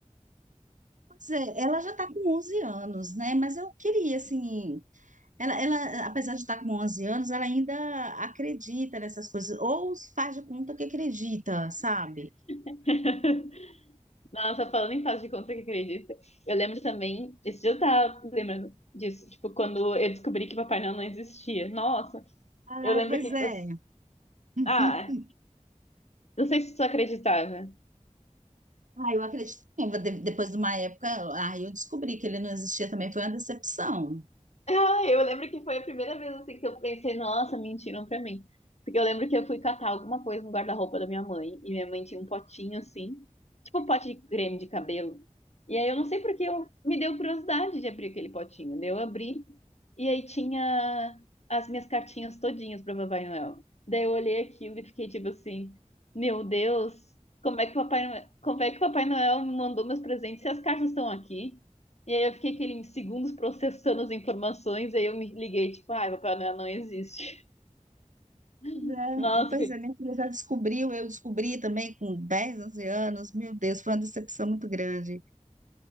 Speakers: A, on the right; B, on the left.
A: Pois é, ela já está com 11 anos, né? Mas eu queria, assim. Ela, ela, apesar de estar com 11 anos, ela ainda acredita nessas coisas, ou faz de conta que acredita, sabe?
B: <laughs> Nossa, falando em fase de conta que acredita, eu lembro também, esse dia eu tava lembrando disso, tipo, quando eu descobri que Papai Noel não existia. Nossa,
A: Ai,
B: eu lembro
A: pois
B: que, tipo,
A: é.
B: assim,
A: <laughs>
B: ah, não sei se tu acreditava,
A: Ah, eu acredito. De- Depois de uma época, aí eu descobri que ele não existia também, foi uma decepção.
B: Ah, eu lembro que foi a primeira vez assim que eu pensei, nossa, mentiram pra mim. Porque eu lembro que eu fui catar alguma coisa no guarda-roupa da minha mãe, e minha mãe tinha um potinho assim, tipo um pote de creme de cabelo. E aí eu não sei porque eu me deu curiosidade de abrir aquele potinho. Daí eu abri, e aí tinha as minhas cartinhas todinhas pra Papai Noel. Daí eu olhei aquilo e fiquei tipo assim, meu Deus, como é que o Papai Noel, como é que o Papai Noel me mandou meus presentes se as cartas estão aqui? E aí eu fiquei aquele segundos processando as informações, aí eu me liguei, tipo, ai, Papai Noel não existe.
A: Pois
B: <laughs>
A: é,
B: Nossa,
A: é, pois
B: foi-
A: é, minha filha já descobriu, eu descobri também com 10 11 anos. Meu Deus, foi uma decepção muito grande.